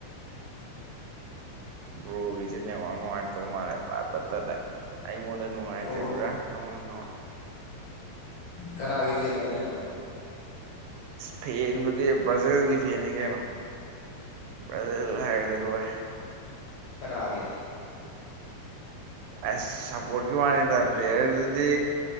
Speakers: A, on the right; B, on the left.
A: ꯕ꯭ꯔꯣꯒꯤꯁꯤ ꯅꯦꯠꯋꯥꯛ ꯅꯨꯡꯉꯥꯏꯇꯕ ꯃꯥꯜꯂꯦ ꯄꯠ ꯄꯠꯇꯠꯂꯦ꯫ ꯑꯩꯉꯣꯟꯗ ꯅꯨꯡꯉꯥꯏꯇ꯭ꯔꯤꯕ꯭ꯔꯥ
B: ꯑꯣ
A: ꯅꯉꯣꯟꯗ ꯅꯨꯡꯉꯥꯏ
B: ꯀꯅꯥꯒꯤ ꯐꯦꯟ ꯑꯣꯏꯗꯣꯏꯅꯣ꯫
A: ꯑꯁ ꯐꯦꯟꯕꯨꯗꯤ ꯕ꯭ꯔꯥꯖꯤꯜꯒꯤ ꯐꯦꯟꯅꯤ ꯀꯩꯅꯣ ꯕ꯭ꯔꯥꯖꯤꯜ ꯍꯥꯏꯔꯒꯗꯤ ꯂꯣꯏꯔꯦ꯫
B: ꯀꯅꯥꯒꯤ꯫
A: ꯑꯁ ꯁꯞꯄꯣꯔꯠꯀꯤ ꯋꯥꯅꯤꯗ ꯄ꯭ꯂꯦꯌꯔꯗꯨꯗꯤ